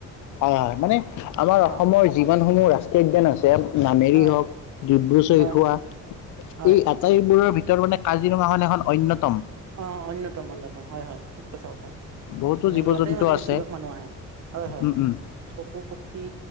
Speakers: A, on the left; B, on the right.
A: হয়, হয়, মানে আমাৰ অসমৰ
B: অ
A: যিমানসমূহ ৰাষ্ট্ৰীয় উদ্যান আছে। নামেৰি
B: হয়
A: হ'ওক, ডিব্ৰু চৈখোৱা
B: হয় হয় হয়
A: এই আটাইবোৰৰ ভিতৰত মানে, কাজিৰঙাখন এখন অন্যতম।
B: অ, অন্যতম, অন্যতম হয়, হয়, ঠিক কথা কৈছা।
A: বহুতো
B: মানে
A: জীৱ
B: ইয়াতে
A: জন্তু
B: মানে
A: আছে
B: বেছিভাগ মানুহ আহে। হয়, হয়,
A: উম উম
B: পশু-পক্ষী।